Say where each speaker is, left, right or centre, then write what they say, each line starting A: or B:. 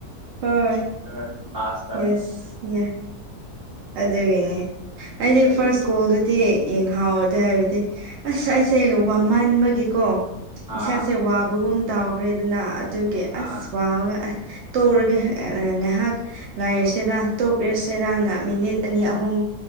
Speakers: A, on the right; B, on the right.
A: ꯍꯣꯏ
B: <unintelligible> ꯂꯥꯁ
A: ꯌꯦꯁ ꯌꯦ ꯑꯗꯨꯒꯤꯅꯤ ꯑꯩꯗꯤ
B: ꯑꯩ
A: ꯐꯥꯔꯁ ꯒꯣꯜꯗꯨ ꯇꯦ ꯌꯦꯡꯍꯥꯎꯗꯦ ꯍꯥꯏꯕꯗꯤ ꯑꯁ ꯑꯩꯁꯦ ꯋꯥꯃꯟꯕꯒꯤꯀꯣ
B: ꯑꯥ
A: ꯏꯁꯥꯁꯦ ꯋꯥꯕꯒꯨꯝ ꯇꯥꯎꯈ꯭ꯔꯦꯗꯅ ꯑꯗꯨꯒꯤ ꯑꯁ
B: ꯑꯥ
A: ꯋꯥꯕꯒ ꯑꯥꯍ ꯇꯣꯛꯔꯒꯦ ꯉꯥꯏꯍꯥꯛ ꯂꯩꯁꯤꯔ ꯇꯣꯛꯔꯁꯤꯔꯅ ꯃꯤꯅꯤꯠ ꯑꯅꯤ ꯑꯍꯨꯝ